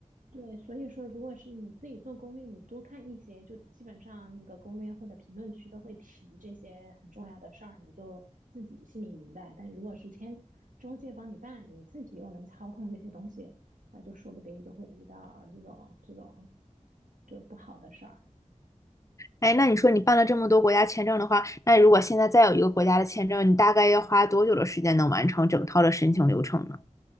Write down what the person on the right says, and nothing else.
对，所以说，如果是你自己做攻略，你多看一些，就基本上那个攻略或者评论区都会提这些很重要的事儿，你就自己心里明白。但如果是签中介帮你办，你自己又能操控这些东西，啊，就说不定就会遇到这种这种就不好的事儿。